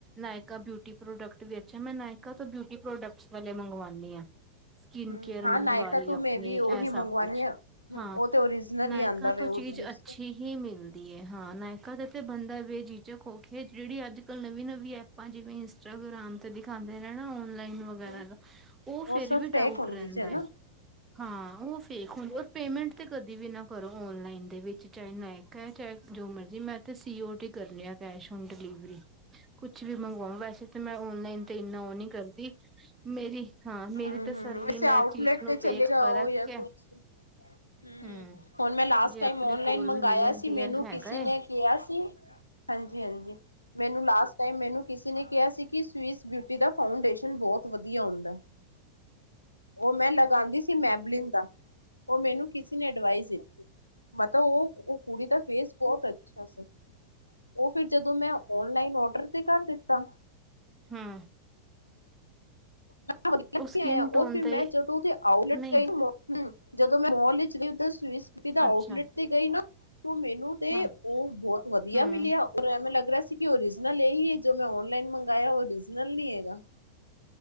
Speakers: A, on the right; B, on the left.
A: ਨਾਇਕਾ ਬਿਊਟੀ ਪ੍ਰੋਡਕਟ ਵੀ ਅੱਛਾ ਮੈਂ ਨਾਇਕਾ ਤੋਂ ਬਿਊਤੀ ਪ੍ਰੋਡਕਟ ਵਾਲੇ ਮੰਗਵਾਉਦੀ ਹਾਂ ਸਕਿਨ
B: ਹਮ
A: ਕੇਅਰ
B: ਹਾਂ
A: ਮੰਗਵਾ
B: ਨਾਇਕਾ
A: ਲਈ
B: ਤੋਂ ਮੈਂ
A: ਆਪਣੀ
B: ਵੀ
A: ਇਹ
B: ਉਹੀ ਮੰਗਵਾਉਣੀ
A: ਸਭ ਕੁਛ
B: ਆ ਹਮ
A: ਹਾਂ।
B: ਉਹ ਤੇ ਓਰੀਜਨਲ
A: ਨਾਇਕਾ
B: ਹੀ ਆਉਂਦਾ
A: ਤੋਂ
B: ਵੇ ਉਹਦੇ
A: ਚੀਜ਼
B: ਵਿੱਚ
A: ਅੱਛੀ
B: ਤੇ
A: ਹੀ ਮਿਲਦੀ ਹੈ ਹਾਂ ਨਾਇਕਾ ਦੇ ਤੇ ਬੰਦਾ ਵੀ ਚੀਜ਼ ਖੋ ਕੇ ਜਿਹੜੀ ਅੱਜ ਕੱਲ੍ਹ ਨਵੀ-ਨਵੀ ਐਪਾਂ ਜਿਵੇਂ ਇੰਸਟਾਗ੍ਰਾਮ ਤੇ ਦਿਖਾਉਂਦੇ ਨੇ ਨਾ ਲਾਈਨ ਵਗੈਰਾ
B: ਹਮ
A: ਦਾ ਉਹ ਫੇਰ
B: ਸਭ
A: ਵੀ
B: ਫੇਕ
A: ਡਾਊਟ
B: ਹੁੰਦੀ
A: ਰਹਿੰਦਾ
B: ਜੇ
A: ਹੈ
B: ਨਾ
A: ਹਾਂ ਉਹ ਫੇਕ ਹੁੰਦੇ
B: ਅੱਛਾ
A: ਪੇਮੈਂਟ ਤੇ ਬਿਨਾਂ ਕਰੋ ਔਨਲਾਈਨ ਦੇ ਵਿੱਚ ਚਾਹੇ ਨਾਇਕਾ ਹੈ ਚਾਹੇ ਜੋ ਮਰਜ਼ੀ ਮੇ ਤੇ ਔ ਕਰ ਲਿਆ ਕੈਸ਼ ਹੋਣ, ਡਿਲੀਵਰੀ ਕੁਛ ਵੀ ਮੰਗਵਾਣ ਵੈਸੇ ਤਾਂ ਮੈਂ ਔਨਲਾਈਨ ਤੇ ਇੰਨਾ ਉਹ ਨੀ ਕਰਦੀ ਮੇਰੀ ਹਾਂ ਮੇਰੀ
B: ਹੂੰ
A: ਤਸੱਲੀ
B: ਹੂੰ ਵੈਸੇ ਆਊਟਲੇਟ
A: ਮੈਂ ਚੀਜ਼ ਨੂੰ
B: ਤੇ
A: ਵੇਖ
B: ਚਲੇ ਜਾਓ
A: ਪਰਖ
B: ਜਾਂ
A: ਕੇ
B: ਕੁਛ ਹੂੰ
A: ਹਮ
B: ਹੁਣ ਮੈਂ ਲਾਸਟ
A: ਜੇ
B: ਟਾਈਮ
A: ਆਪਣੇ
B: ਓਨਲਾਈਨ
A: ਕੋਲ
B: ਮੰਗਾਇਆ
A: ਨੀਅਰ
B: ਸੀ
A: ਡੀਅਰ
B: ਮੈਨੂੰ
A: ਹੈਗਾ
B: ਕਿਸੇ ਨੇ
A: ਏ
B: ਕਿਹਾ ਸੀ ਹਾਂਜੀ-ਹਾਂਜੀ ਮੈਨੂੰ ਲਾਸਟ ਮੈਨੂੰ ਕਿਸੇ ਨੇ ਕਿਹਾ ਸੀ ਕਿ ਸਵਿਸ ਬਿਊਟੀ ਦਾ ਫਾਊਂਡੇਸ਼ਨ ਬਹੁਤ ਵਧੀਆ ਹੁੰਦਾ ਉਹ ਮੈਂ ਲਗਾਉਂਦੀ ਸੀ ਮੈਬਲਿਨ ਦਾ ਉਹ ਮੈਨੂੰ ਕਿਸੇ ਨੇ ਅਡਵਾਈਸ ਦਿੱਤੀ ਮੈਂ ਤਾਂ ਉਹ-ਉਹ ਕੁੜੀ ਦਾ ਫੇਸ ਬਹੁਤ ਅੱਛਾ ਸੀ ਉਹ ਫਿਰ ਜਦੋਂ ਮੈਂ ਓਨਲਾਈਨ ਓਡਰ ਤੇ ਕਰ ਦਿੱਤਾ
A: ਹਾਂ
B: ਵਧੀਆ ਨਹੀਂ
A: ਸਕਿਨ
B: ਆਇਆ ਉਹ
A: ਟੋਨ
B: ਫਿਰ
A: ਤੇ
B: ਮੈਂ ਜਦੋਂ <unintelligible> ਮੱਲ ਵਿੱਚ
A: ਨਹੀਂ
B: ਗਈ ਜਦੋਂ ਮੈਂ ਉਧਰ ਸਵਿਸ ਬਿਊਟੀ ਦੇ ਆਊਟਲੇਟ
A: ਅੱਛਾ
B: ਤੇ ਗਈ ਨਾ ਤੋਂ ਮੈਨੂੰ ਤੇ
A: ਹਾਂ
B: ਉਹ ਬਹੁਤ ਵਧੀਆ
A: ਹਮ
B: ਮਿਲਿਆ ਔਰ ਐਵੇਂ ਲੱ ਸੀ ਕਿ ਓਰਿਜਨਲ ਇਹੀ ਹੈ ਜੋ ਮੈਂ ਔਨਲਾਈਨ ਮੰਗਾਇਆ ਓਰਿਜਨਲ ਨਹੀਂ ਹੈਗਾ